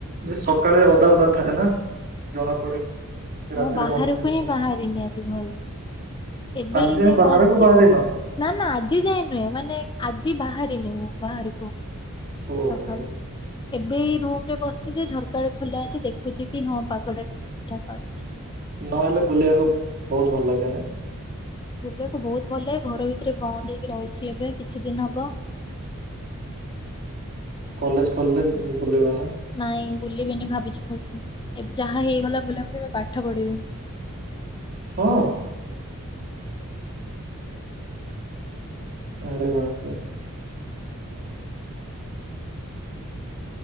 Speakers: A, on the right; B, on the left.
A: ଯେ ସକାଳେ ଓଦା ଓଦା ଥାଏ ନା ଜଣା ପଡେ। କି ରାତିରେ
B: ମୁଁ ବାହାରୁକୁ
A: ବର୍ଷା ହେଇଥିଲା
B: ହିଁ ବାହାରିନି ଆଜି ଘରୁ। ଏବେ
A: ଆଜି
B: ହିଁ
A: ଯାଏଁ
B: <unintelligible>
A: ବାହାରକୁ
B: ବସିଛି।
A: ବାହାରିନ
B: ନାଁ ନାଁ ଆଜି ଯାଏ ନୁହେଁ ମାନେ ଆଜି ବାହାରିନି ମୁଁ ବାହାରୁକୁ
A: ଓହୋ
B: ସକାଳୁ। ଏବେ ଏଇ ରୁମରେ ବସିଛି ଯେ ଝରକାଟା ଖୋଲା ଅଛି ଦେଖୁଛି କି ହଁ ପାଗଟା ଠିକ୍ ଠାକ୍ ଅଛି।
A: ନହେଲେ ବୁଲିବାକୁ ବହୁତ ଭଲ ଲାଗେ ନାଇଁ।
B: ବୁଲିବାକୁ ବହୁତ ଭଲ ଲାଗେ। ଘର ଭିତରେ ବନ୍ଦ ହେଇକି ରହିଛି ଏବେ କିଛି ଦିନ ହବ।
A: କଲେଜ ଖୋଲିଲେ ଯା ବୁଲିବ ନାଇଁ।
B: ନାଇଁ ବୁଲିବିନି ଭାବିଛି। <inaudible> ଏବ୍ ଯାହା ହେଇଗଲା ବୁଲାବୁଲି ଏବେ ପାଠ ପଢିବି।
A: ହଁ? ଆରେ ବାପରେ।